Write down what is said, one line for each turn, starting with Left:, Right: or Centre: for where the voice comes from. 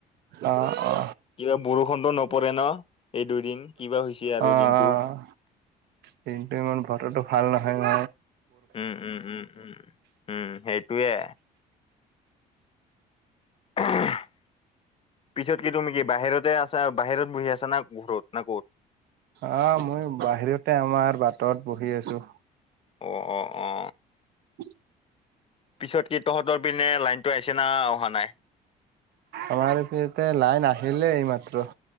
Right: অ অ
Left: কিবা বৰষুণটো নপৰে ন এই দুইদিন কিবা হৈছে আৰু
Right: অ-অ-অ
Left: দিনটো
Right: কিন্তু ইমান বতৰটো ভাল নহয় ন।
Left: উম উম উম উম উম সেইটয়ে <unintelligible> পিছত কি তুমি কি বাহিৰতে আছা বাহিৰত বহি আছা না ঘৰত না ক'ত
Right: আহ মই বাহিৰতে আমাৰ বাটত বহি আছো
Left: অ অ অ
Right: উ
Left: পিছত কি তহঁতৰ পিনে লাইনটো আহিছে না অহা নাই?
Right: আমাৰ এতি ইতে লাইন আহিলেই এই মাত্ৰ